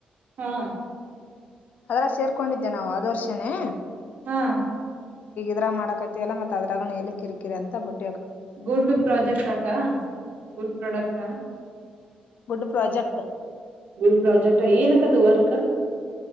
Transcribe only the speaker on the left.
ಅದಲ್ಲ ಸೇರ್ಕೊಂಡಿದ್ದೆ ನಾವು ಆದ ವರ್ಷನೇ
ದ ಮಾಡಕವಲ್ಲ ಮತ್ತ ಅದ್ರು ಎಲ್ಲಿ ಕಿರಿಕಿ ಅಂತ ಬಿಟ್ಟ
ಒುಡ್ ಪ್ರೊಾಜೆಕ್ಟ್